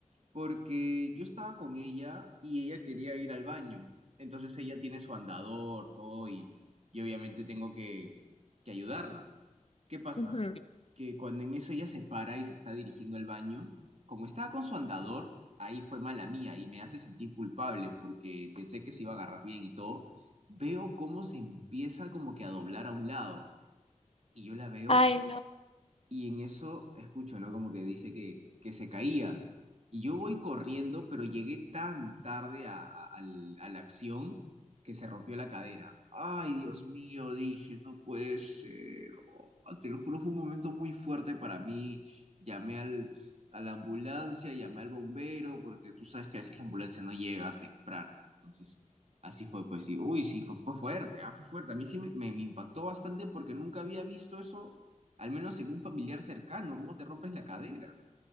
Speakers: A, on the right; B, on the left.
A: porque yo estaba con ella y ella quería ir al baño. Entonces ella tiene su andador, todo, y, y obviamente tengo que que ayudarla. ¿Qué pasa?
B: Ujú.
A: Que cuando en eso ella se para y se está dirigiendo al baño, como estaba con su andador, ahí fue mala mía y me hace sentir culpable porque pensé que se iba a agarrar bien y todo. Veo cómo se empieza como que a doblar a un lado y yo la veo
B: Ay, no.
A: y en eso escucho, ¿no? Como que dice que, que se caía. Y yo voy corriendo, pero llegué tan tarde a, a- al- a la acción que se rompió la cadera. Ay, Dios mío, dije, no puede ser. Oh, te lo juro, fue un momento muy fuerte para mí. Llamé al, a la ambulancia, llamé al bombero, porque tú sabes que a veces la ambulancia no llega temprano. Entonces, así fue, pues sí. Uy, sí, fue, fue fuerte, ah, fue fuerte. A mí sí me, me me impactó bastante porque nunca había visto eso al menos en un familiar cercano, ¿cómo te rompes la cadera?